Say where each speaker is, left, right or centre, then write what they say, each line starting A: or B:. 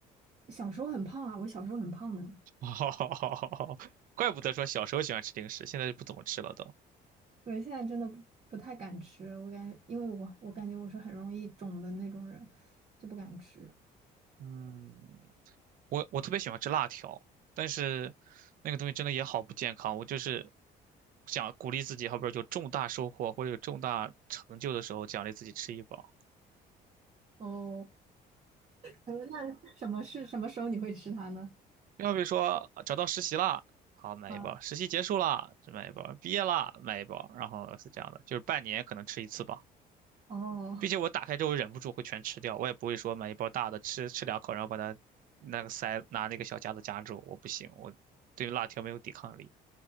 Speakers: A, on the right; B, on the right.
A: 小时候很胖啊，我小时候很胖的，
B: <laughs> 好好好好好怪不得说小时候喜欢吃零食，现在就不怎么吃了都。
A: 对，现在真的不不太敢吃，我感觉因为我我感觉我是很容易肿的那种人，就不敢吃。
B: 嗯，我我特别喜欢吃辣条，但是那个东西真的也好不健康。我就是想鼓励自己，好比说有重大收获或者有重大成就的时候，奖励自己吃一包。
A: 哦，呃那什么是什么时候你会吃它呢？
B: 要比如说啊找到实习啦，好买一包；
A: 啊，
B: 实习结束啦，就买一包；毕业啦，买一包。然后是这样的，就是半年可能吃一次吧。
A: 哦，
B: 并且我打开之后忍不住会全吃掉，我也不会说买一包大的吃吃两口，然后把它那个塞拿那个小夹子夹住，我不行，我对辣条没有抵抗力。